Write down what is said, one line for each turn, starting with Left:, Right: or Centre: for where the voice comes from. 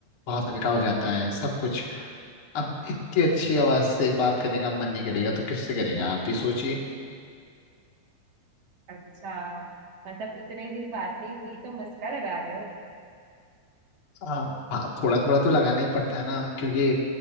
Left: बहुत हल्का हो जाता है सब कुछ अब इतनी अच्छी आवाज से बात करने का मन नहीं करेगा तो किससे करेगा आप ही सोचिए
Right: अच्छा मतलब इतने दिन बात नहीं की तो मस्का लगा रहे हो
Left: आप थोड़ा थोड़ा तो लगाना ही पड़ता है ना क्योंकि